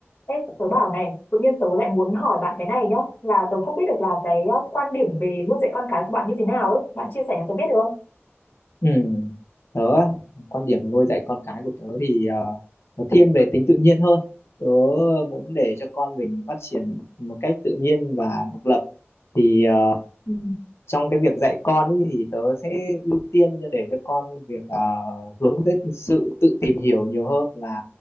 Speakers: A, on the left (about 55°); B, on the left (about 65°).
A: Ê, tớ bảo này, tự nhiên tớ lại muốn hỏi bạn cái này nhá, là tớ không biết được là cái ờ, quan điểm về nuôi dạy con cái của bạn như thế nào ấy, bạn chia sẻ cho tớ biết được không?
B: Ừ. Tớ á, quan điểm nuôi dạy con cái của tớ thì ờ, nó thiên về tính tự nhiên hơn. Tớ muốn để cho con mình phát triển một cách tự nhiên và độc lập. Thì ờ,
A: Ừ.
B: trong cái việc dạy con ý, thì tớ sẽ ưu tiên cho- để cho con việc ờ, hướng tới sự tự tìm hiểu nhiều hơn là